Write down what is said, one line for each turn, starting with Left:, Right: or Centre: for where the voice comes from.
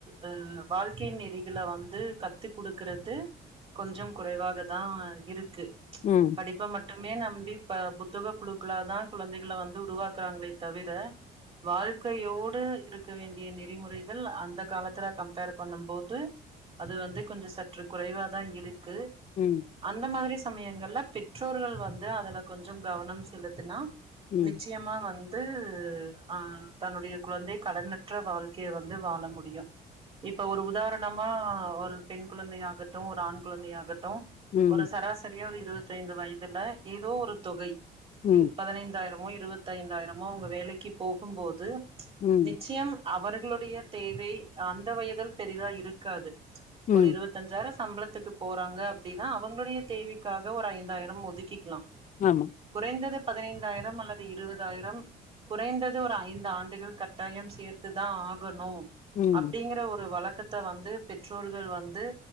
Right: அ வாழ்க்கையின் நெறிகள வந்து கத்து குடுக்கறது கொஞ்சம் குறைவாகதா இரு
Left: ம்
Right: படிப்ப மட் மட்டுமே நம்பி புத்தக புழுக்களா தான் குழந்தைகளை வந்து உருவாக்குறாங்களே தவிர வாழ் கையோடு இருக்க வேண்டிய நெறிமுறைகள் அந்த காலத்துல கம்ப்பேர் பண்ணும் போது அது வந்து கொஞ்ச சற்று குறைவாதா இரு க்கு
Left: ம்
Right: அந்த மாதிரி சமயங்கள்ல பெற்றோர்கள் வந்து அதுல கொஞ்சோ கவனம் செலுத்துனா
Left: ம்
Right: நிச்சயமா வந் ந்து ஆ தன்னுடைய குழந்தை கடனற்ற வாழ்க்கைய வந்து வாழ முடியு இப்ப ஒரு உதாரணமா ஒரு பெண் குழந்தையாகட்டு ஒரு ஆண் குழந்தையாகட்டு
Left: ம்
Right: ஒரு சராசரியா ஒரு இருவத்தைந்து வயதுல ஏதோ ஒரு தொகை
Left: ம்
Right: இ பதினைந்தாயிரமு இருவத்தைந்தாய்ரமோ அவுங்க வேலைக்கு போகும் போது து <inaudible>
Left: ம்
Right: நிச்சயம் அவர்களுடைய தேவை அந்த வயதில் பெரிதா இருக்காது
Left: ம்
Right: ஒரு இருவத்தஞ்சாயிர சம்பளத் த்துக்கு போறாங்க அப்டின்னா அவங்களுடைய தேவைக்காக ஒரு ஐந்தாயிரம் ஒதுக்கிக்லா
Left: ஆமா
Right: குறைந்தது பதினைந்தாயிரம் அல்லது இருவதாயிரம் குறைந்தது ஒரு ஐந் இந்த ஆண்டுகள் கட்டாய சேர்த்துதா ஆகணு
Left: ம்
Right: அப்படிங்கற ஒரு வழக் த வந்து பெற்றோர்கள் வந்து